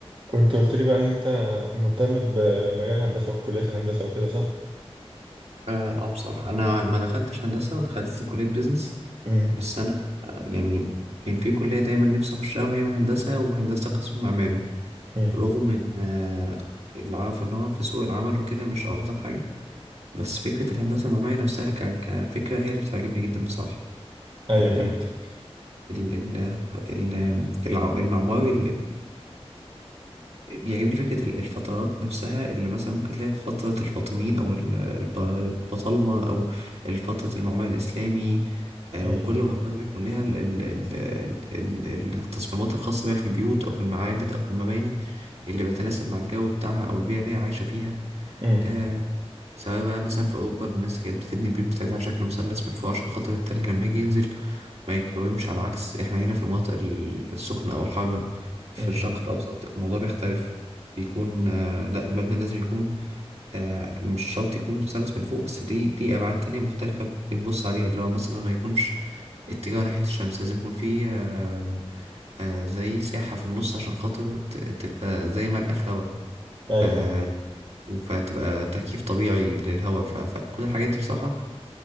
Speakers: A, on the right; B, on the right.
A: كنت قلت لي بقى ان انت مهتم بمجال الهندسه وكليه الهندسه وكده صح
B: اه آه، بصراحة أنا ما دخلتش هندسة دخلت كلية بيزنس
A: امم
B: بس أنا آه، يعني كان في كلية دايما نفسي أخشها وهي هندسة وهندسة قسم معماري
A: امم
B: رغم إن آه، اللي أعرفه إن هو في سوق العمل وكده مش أفضل حاجة بس فكرة الهندسة المعمارية نفسها ك- كفكرة هي اللي بتعجبني جدا بصراحة
A: ايوه
B: آه،
A: فهمت
B: ال- ال- ال- الع- المعماري بيعجبني فكرة ال- الفترات نفسها اللي مثلا ممكن تلاقي في فترة الفاطميين أو ال- الب- البطالمة أو فترة المعمل الإسلامي آه،
A: امم
B: وكل منطقة بيكون لها ال- ال- ال- ال- ال- التصميمات الخاصة بيها في البيوت أو في المعابد أو في المباني اللي بتناسب مع الجو بتاعها أو البيئة اللي هي عايشة فيها
A: امم
B: آه، سواء بقى مثلا في أوروبا الناس كانت بتبني البيوت بتاعتها على شكل مثلث من فوق عشان خاطر التلج لما يجي ينزل ما يتكومش على عكس احنا هنا في المناطق ال- السخنة أو الحارة في
A: امم
B: الشرق الأوسط الموضوع بيختلف بيكون آه لا المبنى لازم يكون آه مش شرط يكون مثلث من فوق بس ليه ليه أبعاد تانية مختلفة بنبص عليها اللي هو مثلا ما يكونش اتجاه ناحية الشمس لازم يكون فيه آه آه زي ساحة في النص عشان خاطر ت- تبقى زي ملقى في هوا
A: ايوه
B: آه،
A: فاهم
B: فتبقى تكييف طبيعي للهواء ف... فكل الحاجات دي بصراحة